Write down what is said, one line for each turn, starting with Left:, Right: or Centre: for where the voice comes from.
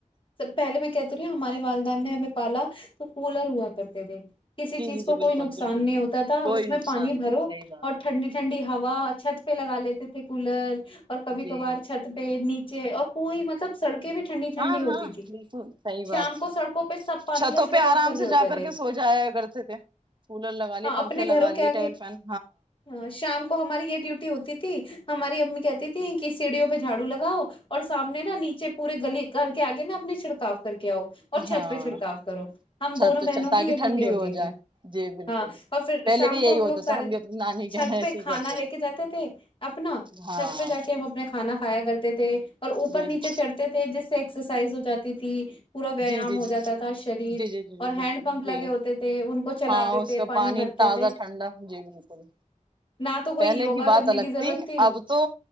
Left: سب پہلے میں کہتی ہمارے والدہ نے ہمیں پالا تو کولر ہوا کرتے دیک کسی
Right: جی
Left: چیز
Right: جی
Left: کو
Right: جی
Left: کوئی
Right: بالکل
Left: نقصان
Right: بالکل
Left: نہیں ہوتا تھا
Right: کوئی
Left: اس میں
Right: نقصان
Left: پانی
Right: نہیں
Left: بھرو
Right: صحیح بات
Left: اور ٹھنڈی ٹھنڈی ہوا چھت پہ لگا لیتے تھے تو کولر اور
Right: ہے
Left: کبھی کبھار
Right: جی
Left: چھت پہ ن جیک کوئی مطلب سڑکے بھی ٹھنڈی ٹھنڈی
Right: ہاں
Left: ہوتی
Right: ہاں
Left: تھی
Right: بالکل صحیح بات
Left: شام کو سڑکوں پہ سب پانی
Right: چھتوں
Left: کا چھڑکاو
Right: پہ آرام
Left: کر رہے
Right: سے
Left: ہوتے
Right: جا
Left: تھے
Right: کے سو جایا کرتے تھے کولر لگا لیے
Left: ہ اپنے
Right: پنکھے لگا
Left: گھروں کے
Right: لیے
Left: آگے
Right: ٹیبل فین
Left: ہاں شام کو ہماری یہ ڈیوٹی ہوتی تھی ہماری امی کہتی تھی کہ سیڑھیوں پہ جھاڑو لگاؤ اور سامنے نا نیچے پورے گلے کر کے آ گئے نا اپنے چھڑکا کر کے آؤ اور چھت
Right: ہاں
Left: پہ چھڑکاو کرو ہم
Right: چھت
Left: دونوں
Right: پہ
Left: بہنوں
Right: تاکہ
Left: کی یہ
Right: ٹھنڈی
Left: ڈیوٹی ہوتی
Right: ہو جائے
Left: تھی
Right: جی بالکل
Left: ہاں اور پھر
Right: پہلے
Left: شام
Right: کے یہی
Left: کو ہم
Right: ہوتا
Left: لوگ سارے
Right: تھا بھی اپنی نانی کے
Left: چھت
Right: یہاں ایسے
Left: پہ کھانا
Right: ہی کرتے
Left: لے کے جاتے تھے اپنا
Right: ہاں
Left: چھت پہ جا کے ہم اپنا کھانا کھایا کرتے تھے اوپر
Right: جی
Left: نیچے
Right: جی
Left: چڑھتے تھے جس سے ایکسرسائز ہو جاتی تھی پورا ویایام
Right: جی جی
Left: ہو
Right: جی
Left: جاتا تھا شریر
Right: جی جی جی جی
Left: اور ہینڈ
Right: بالکل
Left: پمپ
Right: جی
Left: لگے ہوتے تھے ان کو چلاتے
Right: ہاں اس
Left: تھے
Right: کا
Left: پانی بھرتے
Right: تازہ
Left: تھے
Right: ٹھنڈا جی بالکل
Left: نہ تو کوئی
Right: پہلے
Left: یوگا
Right: بات
Left: کرنے
Right: الگ
Left: کی ضرورت تھی
Right: اب تو